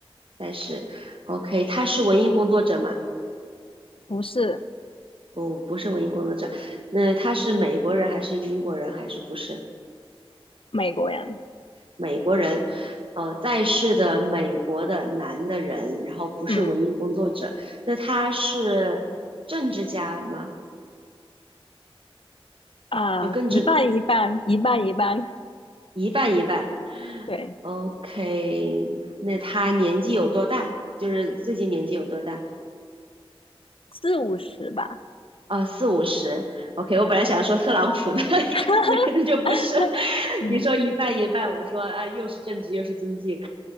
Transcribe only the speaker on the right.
在世。OK，他是文艺工作者吗？
不不是文艺工作者，那他是美国人还是英国人还是不是
美国人？哦，在世的美国的男的人，然后不是文艺工作者，
那他是政治家吗？
就更正
一半一半。
OK，那他年纪有多大？就是最近年纪有多大？
啊，四五十，OK。
我本来想说特朗普的 <laughs> 一个，
那肯定就不是。
你说一半一半，我说啊，又是政治又是经济，